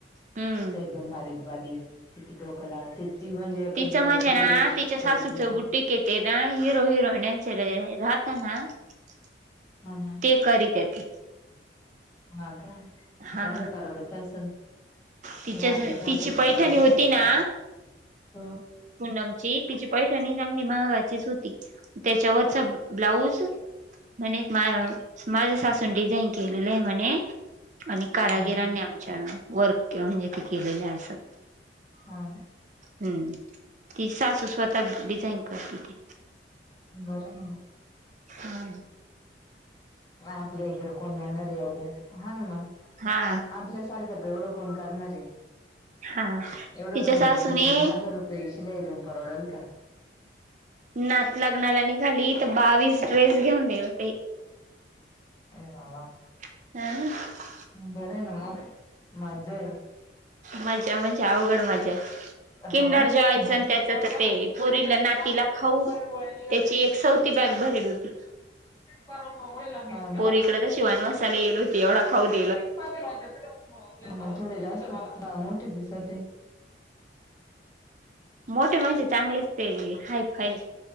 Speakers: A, on the right; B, on the left.
A: हम्म
B: च एकदम बारीक बारीक, किती डोक लावा ती ती म्हणजे एकच ब्लाऊज
A: च म्हणजे
B: किती
A: ना
B: दिवस
A: तिच्या सासूचं
B: करत होती
A: बुटिक येते ना, हिरो हिरोईन्यांचे राहतं ना <inaudible>
B: हा हा
A: ते करिते ती.
B: हा का?
A: हा
B: म त्यांना परवडत असल?
A: तिच्या
B: म आपल्या सारख्याचं
A: तिची पैठणी
B: काय एवढं
A: होती
B: परवडत.
A: ना
B: ह
A: पूनमची तिची पैठणी चांगली महागाचीच होती, त्याच्यावरचा ब्लाउज म्हणे एक मा माझ्या सासूनी डिझाईन केलेलं आहे म्हणे. आणि कारागिरांनी
B: हा हा
A: आमच्या वर्क म्हणजे ते केलेलंय असं.
B: हा ना?
A: हम्म. तिची सासू स्वतः डिझाईन करते ती.
B: बरंय मग.
A: हा.
B: आपल्या इकडे कोणी येणार ए एवढं? हा ना म,
A: हा
B: आपल्यासारख्याच एवढं कोण करणारे?
A: हा
B: एवढं
A: तिच्या
B: दोन
A: सासूने
B: दोन तीन तीन हजार रुपये शिलाई देऊन परवडल का?
A: नात लग्नाला नि झाली तर बावीस ड्रेस घेऊन देइल ते.
B: ए बाबा.
A: <unintelligible>
B: बरं आहे ना मग, मज्जा आहे.
A: मज्जा म्हणजे अवघड मजाय.
B: हा.
A: किंडर जॉयच अन त्याचं
B: गोळ्या
A: तर ते
B: आणायला
A: पोरीला नातीला
B: गेला तर
A: खाऊ
B: एक्सपायरी गोळ्या निघाल्या.
A: त्याची एक सौ ती बॅग भरेल होती.
B: हा ना.
A: पोरीकडे <unintelligible> येल होती एवढा खाऊ देऊ
B: मग थोडे जास्त मोठे दिसते.
A: मोठे म्हणजे चांगलेच ते हायफाय,